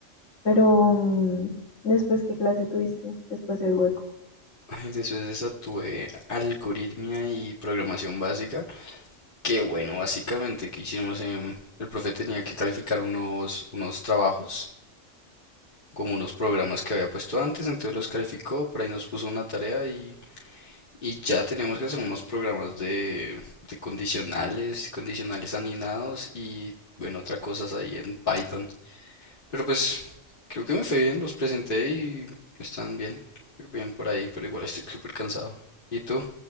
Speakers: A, on the left (about 80°); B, on the left (about 45°).
A: Pero, mm, ¿después qué clase tuviste? Después del hueco.
B: <laughs> Después de esa tuve algoritmia y programación básica. Que bueno, básicamente que hicimos en... El profe tenía que calificar unos, unos trabajos, como unos programas que había puesto antes, entonces los calificó, por ahí nos puso una tarea y Y ya tenemos que hacer unos programas de, de condicionales, condicionales anidados y bueno, otras cosas ahí en Python. Pero pues creo que me fue bien, los presenté y están bien, bien por ahí, pero igual estoy súper cansado. ¿Y tú?